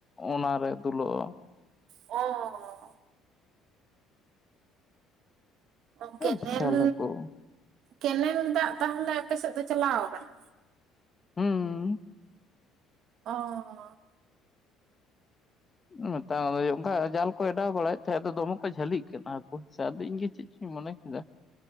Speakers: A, on the left; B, on the right.
A: ᱚᱱᱟᱨᱮ ᱫᱩᱞᱩᱜᱼᱟ᱾
B: ᱚ ᱚ ᱠᱮᱱᱮᱞ
A: ᱵᱤᱥᱟᱞ ᱦᱟᱹᱠᱩ
B: ᱠᱮᱱᱮᱞ ᱫᱟᱜ ᱛᱟᱦᱞᱮ ᱟᱯᱮᱮᱥᱮᱫ ᱫᱚ ᱪᱟᱞᱟᱣ ᱟᱠᱟᱱᱟ?
A: ᱦᱩᱸ
B: ᱚ
A: ᱮᱛ ᱚᱱᱠᱟ ᱡᱟᱞ ᱠᱚ ᱚᱰᱟᱣ ᱵᱟᱲᱟᱭᱮᱫ ᱛᱟᱦᱮᱸᱫ ᱟᱫᱚ ᱫᱚᱢᱮ ᱠᱚ ᱡᱷᱟᱹᱞᱤᱜ ᱠᱟᱱᱟ ᱦᱠᱩ ᱟᱫᱚ ᱤᱧ ᱜᱮ ᱪᱮᱫ ᱤ ᱢᱚᱱᱮᱠᱮᱫ ᱮ